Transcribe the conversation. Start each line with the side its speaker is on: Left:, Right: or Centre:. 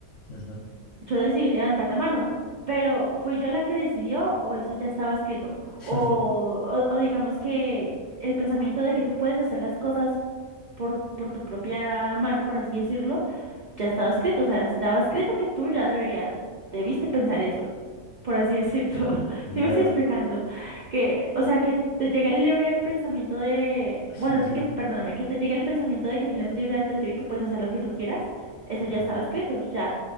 Left: ujú,
Right: yo decidí levantar la mano, pero ¿fui yo la que decidió o eso ya estaba escrito?
Left: <laughs>
Right: O,
Left: ujú,
Right: o, o digamos que el pensamiento de que tú puedes hacer las cosas por, por tu propia mano, por así decirlo ya estaba escrito, o sea, estaba escrito que tú ya debería, debiste pensar eso, por así decirlo. <laughs>
Left: Yeah.
Right: Sí me estoy explicando. Que, o sea, que te llegue el libre pensamiento de,
Left: ujú,
Right: bueno, que, perdóname, que te llegue el pensamiento de que tienes libre albedrío y que puedes hacer lo que tú quieras, eso ya
Left: mm,
Right: estaba escrito, ya,